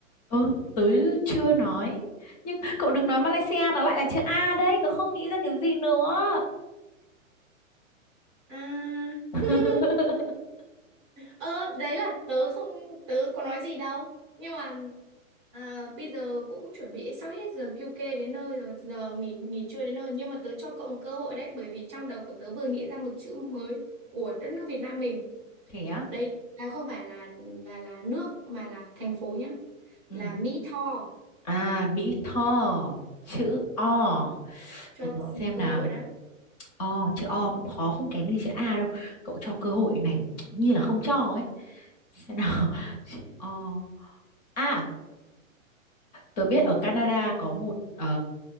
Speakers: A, on the left; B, on the right.
A: ơ tớ chưa nói nhưng cậu đừng nói Malaysia nó lại là chữ A đấy tớ không nghĩ ra cái gì nữa
B: À.
A: <laughs>
B: <laughs> Ờ, đấy là tớ không, tớ có nói gì đâu. Nhưng mà à, bây giờ cũng chuẩn bị sắp hết giờ QK đến nơi rồi, giờ nghỉ nghỉ trưa đến nơi. Nhưng mà tớ cho cậu một cơ hội đấy, bởi vì trong đầu của tớ vừa nghĩ ra một chữ mới của đất nước Việt Nam mình.
A: thế á
B: Đây à không phải là là là nước mà là thành phố nhá.
A: ừ.
B: Là Mỹ Tho
A: à Mỹ Tho chữ O
B: cho
A: để ta
B: cậu một
A: xem
B: cơ
A: nào
B: hội đó.
A: O chữ O cũng khó không kém gì chữ A đâu cậu cho cơ hội này <tsk> như là không cho ấy xem nào <laughs> chữ O à tớ biết ở Canada có một ờ,